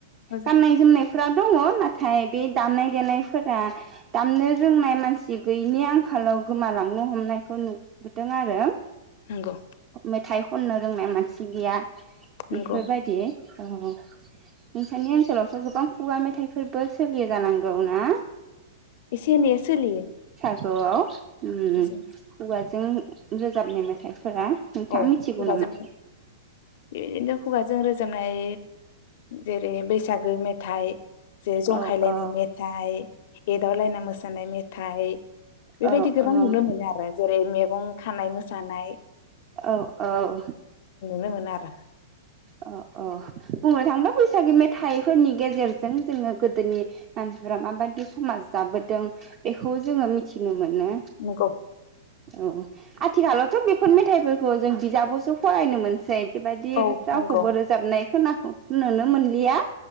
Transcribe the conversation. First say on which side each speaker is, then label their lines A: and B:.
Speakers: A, on the left; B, on the right.
A: मोजां
B: गाननाय जोमनायफोरा दङ नाथाय बे दामनाय देनायफोरा दामनो रोंनाय मानसि गैयिनि आंखालाव गोमालांनो हमनायखौ नुबोदों आरो
A: नंगौ
B: मेथाइ खननो रोंनाय मान सि गैया
A: नंगौ
B: इफोरबायदि औ नोंसानि ओनसोलावथ' गोबां खुगा मेथाइफोरबो सोलियो जानांगौ ना
A: एसे एनैया सोलियो
B: आव उ
A: एसे
B: खुगा जों रोजाबनाय मेथाइ फोरा नोंथाङा
A: औ
B: मिथिगौ
A: खुगाजों
B: नामा
A: बेबायदिनो खुगाजों रोजाबनाय जेरै बैसागु मेथाइ जेरै जंखायलायनाय
B: औ औ
A: मेथाइ एदावलायना मो सानाय मेथाइ बेबायदि
B: औ
A: गोबां
B: औ
A: नुनो मोनो आरो जेरै मैगं खानाय मोसानाय
B: औ औ
A: नो मोनो आरो
B: अ अ बुंनो थाङोबा बैसागु मेथाइफोरनि गेजेरजों जोङो गोदोनि मानसिफोरा माबादि समाज जाबोदों बेखौ जोङो मिथिनो मो नो
A: नंगौ
B: औ आथिखालावथ' बेफोर मेथाइफोरखौ जों बिजाबावसो फरायनो मोनसै बेबायदि
A: औ
B: रावखौबो
A: नंगौ
B: रोजाबनाय खोना नो मोनलिया